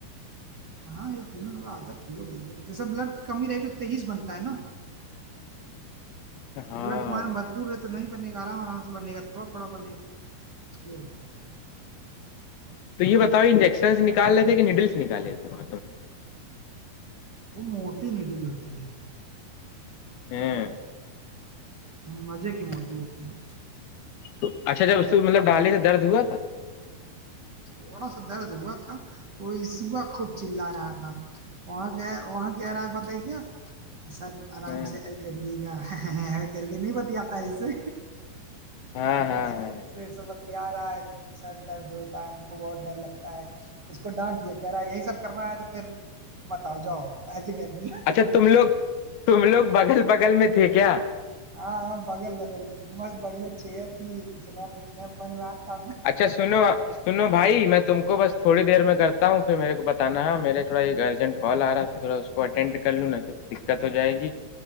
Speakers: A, on the right; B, on the left.
A: ہاں ایک کلو آدھا کلو وہی ہے جیسا بلڈ کی کمی رہے گی تو تیزیس بنتا ہے نا
B: ہاں
A: اب بلٹ تمہارے بھرپور رہ تو نہیں بنے گا آرام آرام سے بنے گا تھوڑا تھوڑا بنے گا یہ ہوتا ہے
B: تو یہ بتاؤ انجیکشنس نکالے تھے کہ نیڈلس نکالے تھےاں
A: وہ موٹی نیڈل ہوتی ہے
B: ہاں
A: مزے کی موٹی ہوتی ہے
B: تو اچھا جب اس پ مطلب ڈھالے کا درد ہوا تھا
A: تھوڑا سا درد ہوا تھا وہ سوا خوب چللا رہا تھا وہاں کیا وہاں کیا رہا ہے بت ہے کیا سر آرام
B: ہاں
A: سے ایے کریے گا ای کر کے نہیں بت آتا اسے
B: ہاں ہاں
A: بس
B: ہاں
A: کے ایسے ایسے بتیا رہا ہے سر درد ارد ہم کو بہت ڈر لگتا ہے اس کو ڈانٹ، ہیدیا کہہ رہا یہی سب کرنا ہے تو پھر مت آو جاؤ ایسے کہتی ہے
B: اچھا تم لوگ تم لوگ بگل بغل میں تھے کیا
A: ہاں ہاں بگل بغل میں تھ مست بڑھیا چیئر تھی اسنیپنپ بن رہا تھا
B: اچھا سنو سنو بھائی میں تم کو بس تھوڑی دیر میں کرتا ہوں پھر میرے کو بتانا ہے میرے تھوڑا ایک اجنٹ کال آ رہا تھا تھوڑا اس کو اٹینڈ کر لوں نا تو پھر دقت ہو جائے گی